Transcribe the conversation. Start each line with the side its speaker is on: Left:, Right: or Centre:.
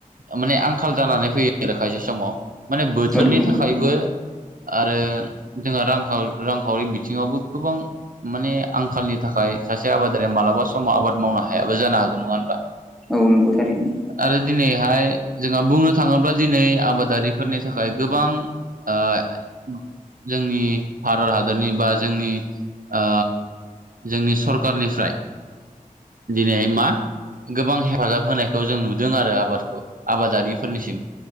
Right: माने आंखाल जानानै फैयो आरो खायसे समाव माने बोथोरनि
Centre: औ नंगौ
Right: थाखायबो। आरो जोंहा रां रांखावरि बिथिङावबो गोबां। माने आंखालनि थाखाय सासे आबादारिया मालाबा समाव आबाद मावनो हायाबो जानो हागौ नङा होनब्ला।
Centre: औ नंगौ थारैनो।
Right: आरो दिनैहाय जोंहा बुंनो थाङोब्ला दिनै आबादारिफोरनि थाखा थाखाय गोबां ओ जोंनि भारत हादरनि बा जोंनि ओ जोंनि सरखारनिफ्राय दिनै मा गोबां हेफाजाब होनायखौ जों नुदों आरो आबादखौ आबादारिफोरनिसिम।